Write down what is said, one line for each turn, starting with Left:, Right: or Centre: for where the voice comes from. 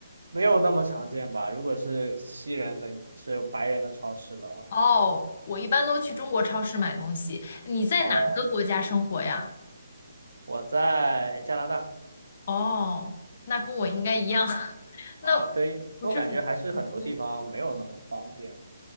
Right: 没有那么常见吧？如果是西人的，是白人的超市的话，
Left: 哦，我一般都去中国超市买东西。你在哪个国家生活呀？
Right: 哦，我在加拿大
Left: 哦，那跟我应该一样，<laughs>
Right: 啊，
Left: 那
Right: 对，
Left: 不是很很多。
Right: 我感觉还是很多地方没有那么方便。